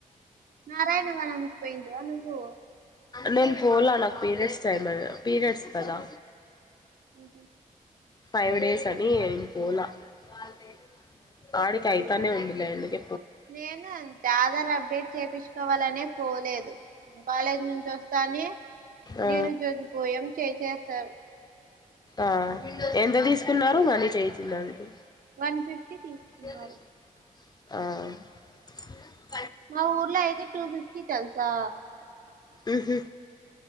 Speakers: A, on the right (about 70°); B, on the left (about 30°).
A: నారాయణ వనం కి పోయిట్వా నువ్వు
B: నేను పోలా నాకు పీరియడ్స్ టైం అ పీరియడ్స్ కదా
A: అ
B: ఫైవ్ డేస్ అని పోలా వాళ్ళదే ఆడి కైతనే ఉందిలే ఇగ
A: నేను అంతే ఆధార్ అప్డేట్ చేపిచుకోవాలనే పోలేదు బాలే నించో కానీ
B: ఆ
A: నేను జోతిపోయా చేసేశారు
B: ఆ ఎంత తీసుకున్నారు మనీ చేయిచిందానికి
A: వన్ ఫిఫ్టీ తీసుకున్నారు
B: ఇంగ తెలుసా ఆ
A: మా ఊర్లో అయితే టూ ఫిఫ్టీ తెలుసా
B: ఉహు